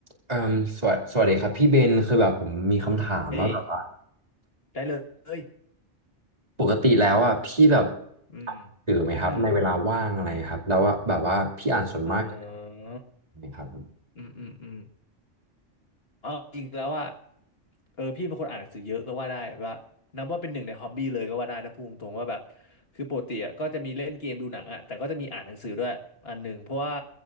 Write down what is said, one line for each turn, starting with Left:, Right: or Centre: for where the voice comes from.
Right: เอ่มสวัสสวัสดีครับพี่เบนคือแบบผมมีคำถามว่าแบบว่า
Left: เอ้ยได้เลย
Right: ปกติแล้วอ่ะพี่แบบ
Left: อืม
Right: ตื่นไหมครับในเวลาว่างอะไรครับแล้วว่าแบบว่าพี่อ่านส่วนมาก
Left: อืมเออ
Right: นะครับผม
Left: อืม อืม อืม เออจริงแล้วอ่ะเออพี่เป็นคนอ่านหนังสือเยอะก็ว่าได้ว่านับว่าเป็นหนึ่งในฮอบบี้เลยก็ว่าได้นะพูดตรงๆว่าแบบคือปกติอะก็จะมีเล่นเกมดูหนังอ่ะแต่ก็จะมีอ่านหนังสือด้วยอันหนึ่งเพราะว่า